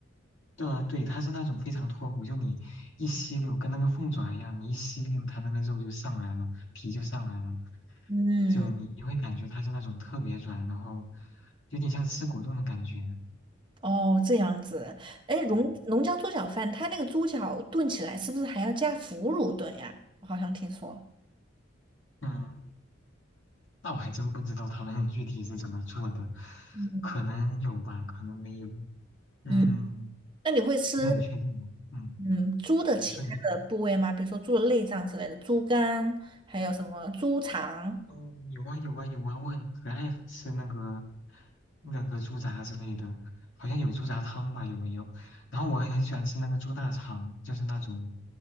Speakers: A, on the left (about 65°); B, on the right (about 25°).
A: 对啊，对，它是那种非常脱骨，就你一吸溜，跟那个凤爪一样，你一吸溜，它那个肉就上来了，皮就上来了，
B: 嗯，
A: 就你你会感觉它是那种特别软，然后有点像吃果冻的感觉。
B: 哦，这样子。哎，龙龙江猪脚饭，
A: 嗯
B: 它那个猪脚炖起来是不是还要加腐乳炖呀？我好像听说。
A: 嗯，那我还真不知道他们 <laughs> 具体是怎么做的，
B: 嗯
A: 可能有吧，可能没有，嗯，
B: 嗯。那你会吃
A: 不是很确定啊。嗯，
B: 嗯猪的其他的部位吗？
A: 你说你说。
B: 比如说猪的内脏之类的，猪肝，还有什么猪肠
A: 嗯，有啊有啊有啊，我很可爱吃那个那个猪杂之类的，好像有猪杂汤吧，有没有？然后我还很喜欢吃那个猪大肠，就是那种，